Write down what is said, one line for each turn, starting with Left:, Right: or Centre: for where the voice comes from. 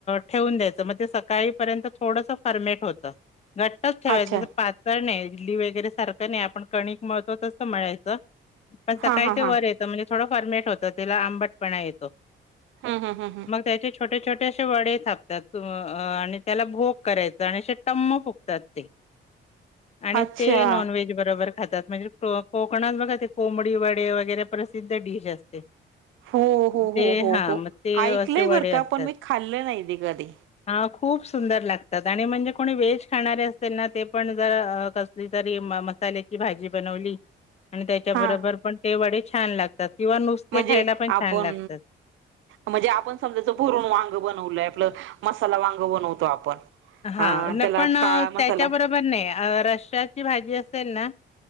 Left: ठेवून द्यायचं मग ते सकाळीपर्यंत थोडस फर्मेट होतं घट्टच ठेवायचं
Right: अच्छा
Left: जसं पातळ नाही इडली वगैरे सारखं नाही आपण कणिक मळतो तसं म्हळायचं पण सकाळी
Right: हा हा
Left: ते
Right: हा
Left: वर येतं म्हणजे थोडं फॉर्मेट होतं त्याला आंबटपणा येतो.
Right: हा-हा हम हम
Left: मग त्याचे छोटे-छोटे असे वडे थापतात आणि त्याला भोक करायच आणि असे टम्म फुकतात ते. आणि
Right: अच्छा
Left: ते नॉन व्हेज बरोबर खातात म्हणजे कोकणात बघा ते कोंबडी वडे वगैरे प्रसिद्ध डिश असते.
Right: हो हो
Left: ते
Right: हो हो
Left: हा
Right: हो
Left: मग ते
Right: ऐकलंय
Left: असे वडे
Right: बरं का
Left: असतात.
Right: पण मी खाल्लं नाही ते कधी
Left: अ खूप सुंदर लागतात आणि म्हणजे कोणी व्हेज खाणारे असतील ना ते पण जर कसली तरी मसाल्याची भाजी बनवली आणि त्याच्याबरोबर
Right: हा
Left: पण ते वडे छान लागतात किंवा नुसते
Right: म्हणजे
Left: खायला पण
Right: आपण
Left: छान लागतात.
Right: म्हणजे आपण समजायच भरून वांग बनवलंय आपलं मसाला वांग बनवतो आपण
Left: हा
Right: अ त्याला
Left: पण
Right: काळा
Left: त्याच्याबरोबर
Right: मसाला
Left: पण नाही रस्साची भाजी असेल ना